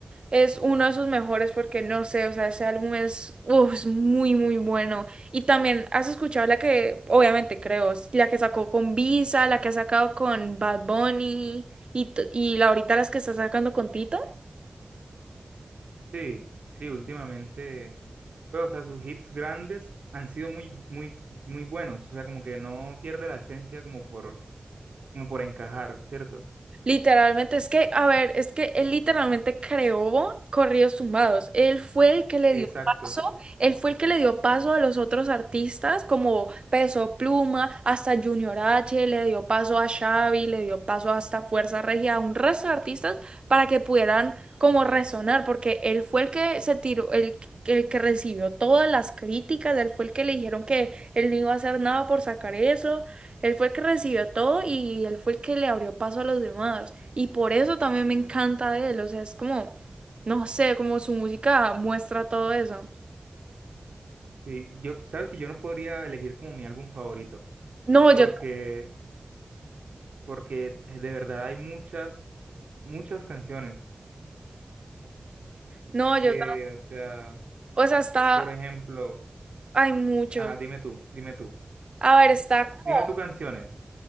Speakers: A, on the right; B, on the right.
A: es uno de sus mejores porque no sé, o sea, ese álbum es, uf, es muy, muy bueno. Y también, ¿has escuchado la que, obviamente creo, es la que sacó con Visa, la que ha sacado con Bad Bunny y, t- y la ahorita las que está sacando con Tito?
B: Sí, sí, últimamente, pues, o sea, sus hits grandes han sido muy, muy, muy buenos, o sea, como que no pierde la esencia como por, como por encajar, ¿cierto?
A: Literalmente, es que, a ver, es que él literalmente creó corridos tumbados. Él fue el que le
B: Exacto.
A: dio paso, él fue el que le dio paso a los otros artistas como Peso Pluma, hasta Junior H, le dio paso a Xavi, le dio paso hasta Fuerza Regia, a un resto de artistas para que pudieran como resonar, porque él fue el que se tiró, el, que- el que recibió todas las críticas, él fue el que le dijeron que él no iba a hacer nada por sacar eso. Él fue el que recibió todo y él fue el que le abrió paso a los demás. Y por eso también me encanta de él. O sea, es como, no sé, como su música muestra todo eso.
B: Sí, yo, sabes que yo no podría elegir como mi álbum favorito,
A: No,
B: porque
A: yo,
B: porque eh, de verdad hay muchas, muchas canciones
A: no,
B: que,
A: yo,
B: o sea,
A: o sea, está,
B: por ejemplo,
A: hay muchos.
B: ajá, dime tú, dime tú,
A: A ver, está como
B: dime tú canciones,